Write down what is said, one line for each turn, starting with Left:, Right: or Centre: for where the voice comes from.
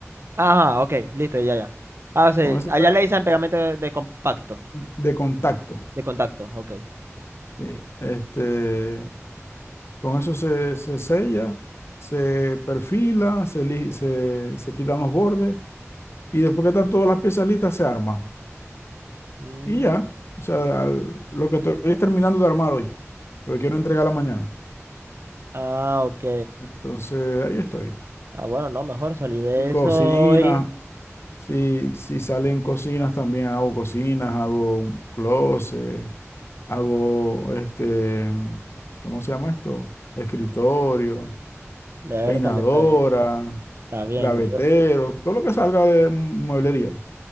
Right: Ajá, ok, listo, ya, ya. Ah, o sea,
Left: con ese
Right: allá
Left: pega-
Right: le dicen pegamento de, de compacto,
Left: de contacto.
Right: de contacto, ok.
Left: sí. Este, con eso se, se sella, se perfila, se, li- se, se quitan los bordes y después que están todas las piezas listas se arma.
Right: Mm,
Left: Y ya, o sea, al- lo que estoy es terminando de armar hoy, porque quiero entregarla mañana.
Right: ah, ok.
Left: Entonces, ahí estoy.
Right: Ah, bueno, no, mejor salí de
Left: Y cocina.
Right: eso hoy.
Left: Si, si salen cocinas, también hago cocinas, hago un closet, hago este, ¿cómo se llama esto? Escritorio,
Right: Vértale,
Left: peinadora,
Right: está bien. Está bien.
Left: gavetero,
Right: Yo,
Left: todo lo que salga de mueblería.